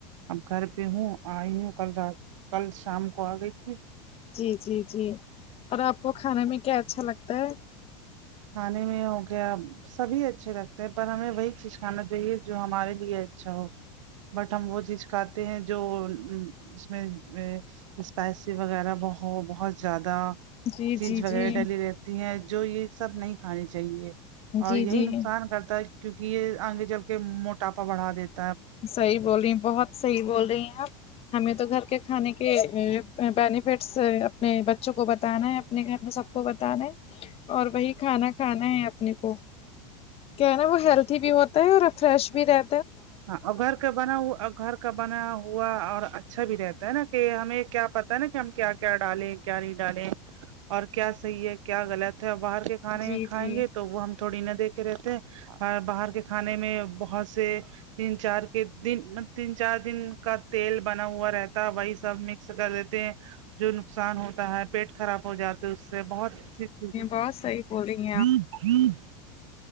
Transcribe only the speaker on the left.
جی جی جی اور آپ کو کھانے میں کیا اچھا لگتا ہے
جی
جی
جی
جی
جی
صحیح بول رہی ہیں بہت صحیح بول رہی ہیں آپ ہمیں تو گھر کے کھانے کے بینیفٹس اپنے بچوں کو بتانا ہے اپنے گھر میں سب کو بتانا ہے اور وہی کھانا کھانا ہے اپنے کو کیا ہے نا وہ ہیلدھی بھی ہوتا ہے اور فریش بھی رہ
جی
جی
لس آئی بول رہ گے